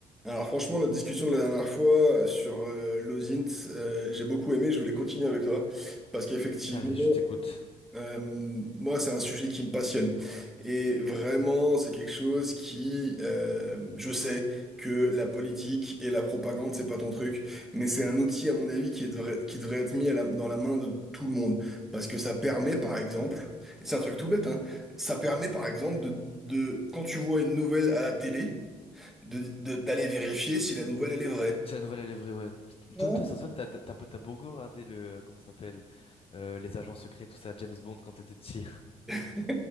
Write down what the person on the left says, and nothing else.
Allez, je t'écoute.
C'est la nouvelle élèverie, ouais.
Toi, toi, ça se voit que t'as, t'as, t'as t'as beaucoup regardé le, euh, comment ça s'appelle, euh, les agents secrets, tout ça, James Bond quand t'étais petit.